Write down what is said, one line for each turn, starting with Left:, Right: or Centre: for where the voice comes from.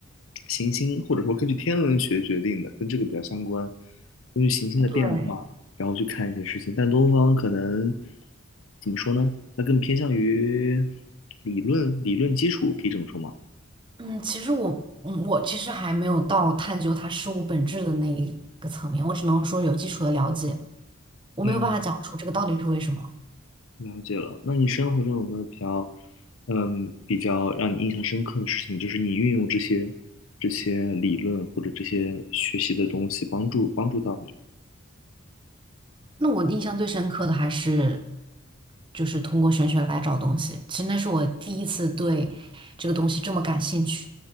Left: 行星或者说根据天文学决定的，跟这个比较相关，根据行星的变化，
Right: 对
Left: 然后去看一些事情。但东方可能怎么说呢？它更偏向于理论，理论基础，可以这么说吗？
Right: 嗯，其实我，嗯，我其实还没有到探究它事物本质的那一个层面，我只能说有基础的了解，我没有办法讲出这个到底是为什么。
Left: 嗯。了解了。那你生活中有没有比较，嗯，比较让你印象深刻的事情？就是你运用这些这些理论或者这些学习的东西，帮助帮助到你。
Right: 那我印象最深刻的还是，就是通过玄学来找东西，其实那是我第一次对这个东西这么感兴趣